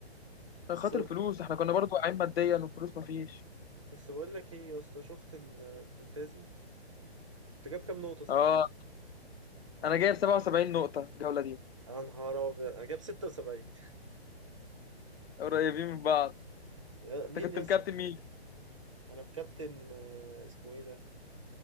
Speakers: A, on the left; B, on the right.
A: عشان
B: بس
A: خاطر الفلوس احنا كنا برضو واقعين ماديا والفلوس ما فيش
B: بس بقول لك ايه يا اسطى شفت ال- الفانتازي انت جاب كام نقطة صحيح؟
A: اه انا جايب 77 نقطة الجولة دي
B: انا نهار ابيض انا جاب 76
A: قريبين من بعض
B: يا-
A: انت
B: <laughs> مين
A: كنت
B: يا
A: مكابتن
B: اسطى
A: مين؟
B: انا مكابتن آه، اسمه ايه ده؟